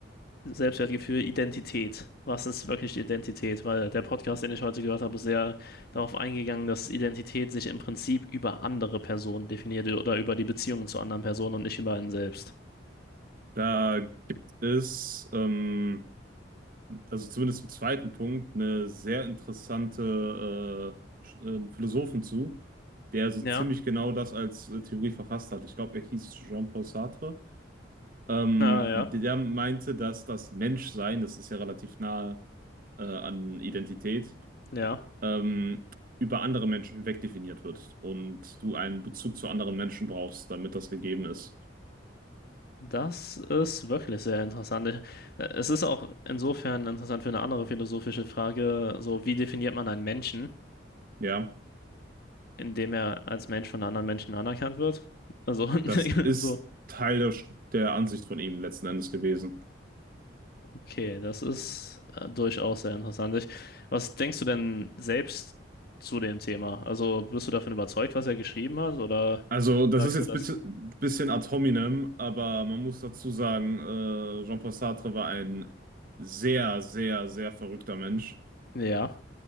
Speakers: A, on the left (about 55°); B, on the right (about 50°).
A: Selbstwertgefühl, Identität. Was ist wirklich die Identität? Weil der Podcast, den ich heute gehört habe, ist sehr darauf eingegangen, dass Identität sich im Prinzip über andere Personen definiert oder über die Beziehungen zu anderen Personen und nicht über einen selbst.
B: Da gibt es, ähm, also zumindest im zweiten Punkt, eine sehr interessante äh, Sch- äh, Philosophen zu, der so
A: Ja,
B: ziemlich genau das als äh, Theorie verfasst hat. Ich glaube, er hieß Jean-Paul Sartre. Ähm,
A: na ja,
B: der meinte, dass das Menschsein, das ist ja relativ nahe äh, an Identität,
A: ja.
B: ähm, über andere Menschen hinweg definiert wird und du einen Bezug zu anderen Menschen brauchst, damit das gegeben ist.
A: Das ist wirklich sehr interessant. Ich- äh, Es ist auch insofern interessant für eine andere philosophische Frage, so wie definiert man einen Menschen,
B: Ja.
A: indem er als Mensch von anderen Menschen anerkannt wird? Also,
B: Das
A: <laughs>
B: ist
A: so,
B: Teil der, der Ansicht von ihm letzten Endes gewesen.
A: Okay, das ist äh, durchaus sehr interessant. Ich, was denkst du denn selbst zu dem Thema? Also bist du davon überzeugt, was er geschrieben hat, oder
B: Also, das
A: sagst
B: ist jetzt
A: du das?
B: bitte ein bisschen ad hominem, aber man muss dazu sagen, äh, Jean-Paul Sartre war ein sehr, sehr, sehr verrückter Mensch.
A: Ja,